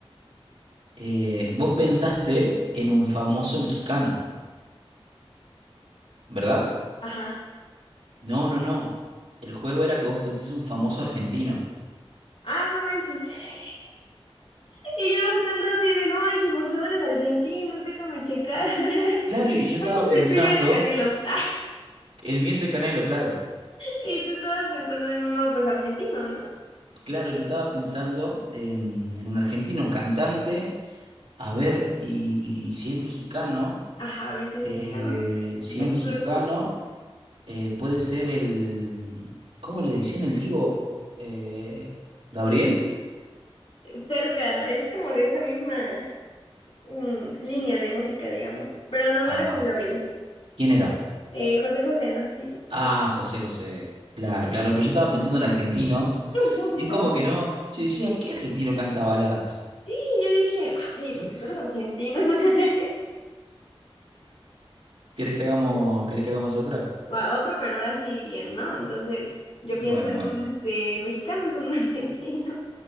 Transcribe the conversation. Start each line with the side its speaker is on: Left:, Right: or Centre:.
Right: Eh, vos pensaste en un famoso mexicano, ¿verdad?
Left: Ajá.
Right: No, no, no. El juego era que vos pensés un famoso argentino.
Left: Ah, no manches. <laughs> Y yo buscando así de, no manches, boxeadores argentinos, déjame checar. <laughs>
Right: Claro, y yo estaba
Left: Entonces
Right: pensando,
Left: el tuyo era el Canelo. <laughs>
Right: el mío es el Canelo, claro.
Left: Y tú estabas pensando en uno, pues argentino, ¿no?
Right: Claro, yo estaba pensando en, en un argentino, un cantante. A ver, y, y si es mexicano,
Left: Ajá, a ver si es
Right: Eh,
Left: mexicano.
Right: si
Left: ¿No ¿Te
Right: es
Left: acuerdas
Right: mexicano,
Left: de alguno?
Right: eh, puede ser el... ¿Cómo le decían el divo? Eh, ¿Gabriel?
Left: Cerca, es como de esa misma mm, línea de música, digamos. Pero no, no
Right: Ah,
Left: era Juan Gabriel.
Right: ¿quién era?
Left: Eh, José José, no sé si...
Right: Ah, José José. Claro, claro, pero yo estaba pensando en argentinos.
Left: <laughs>
Right: Y es como que no... Yo decía, ¿qué argentino canta baladas?
Left: Y yo dije, ay, boxeadores
Right: <laughs>
Left: argentinos. <laughs>
Right: ¿Querés que hagamos,
Left: Bueno,
Right: querés que hagamos otra?
Left: o a otro, pero ahora sí bien, ¿no? Entonces, yo pienso
Right: Bueno,
Left: en
Right: bueno.
Left: un este, mexicano, entonces un <laughs> argentino.